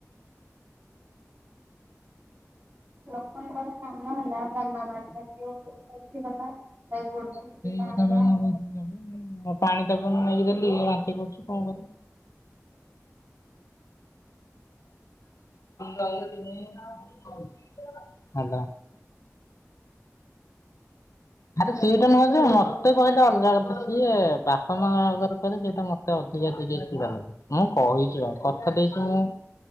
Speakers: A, on the right; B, on the left.
A: ଲୋକଙ୍କର କାମ ହେଲା ତାନା ମାରିବା <unintelligible>
B: <unintelligible>
A: ଧରିକି ଟାଣିବା
B: ପାଣି ତାକୁ ନେଇକି ଦେଲି ବାନ୍ତି କରୁଛି କଣ କରିବି? <inaudible> ହାଲୋ ଆରେ ସେଇଟା ନୁହଁ ଯେ ମତେ କହିଲେ ଅଲଗା କଥା ସିଏ ବାପା ମାଙ୍କ ଆଗରେ କହିଲେ ସେଇଟା ମତେ ଅଧିକା ଟିକେ ଚିଡ଼ା ଲାଗେ ମୁଁ କହିଛି ଆଉ କଥା ଦେଇଛି ମୁଁ